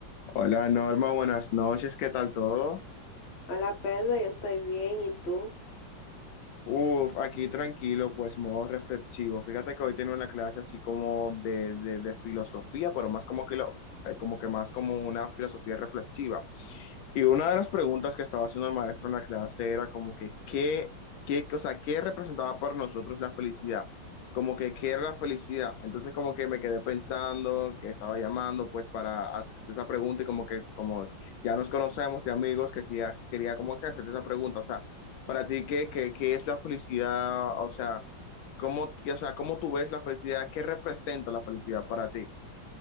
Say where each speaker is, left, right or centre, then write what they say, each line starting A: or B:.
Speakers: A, on the left; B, on the left.
A: Hola Norma, buenas noches, ¿qué tal todo?
B: Hola Pedro, yo estoy bien, ¿y tú?
A: Uf, aquí tranquilo, pues modo reflexivo. Fíjate que hoy tengo una clase así como de, de, de filosofía, pero más como que lo, eh, como que más como una filosofía reflexiva. Y una de las preguntas que estaba haciendo el maestro en la clase era como que, ¿qué, qué, o sea, qué representaba para nosotros la felicidad? Como que, ¿qué era la felicidad? Entonces como que me quedé pensando que estaba llamando pues para hacerte esa pregunta y como que es como ya nos conocemos de amigos que sí, ya quería como que hacerte esa pregunta. O sea, para ti, ¿qué, qué, qué es la felicidad? O sea, ¿cómo, o sea, ¿cómo tú ves la felicidad? ¿Qué representa la felicidad para ti?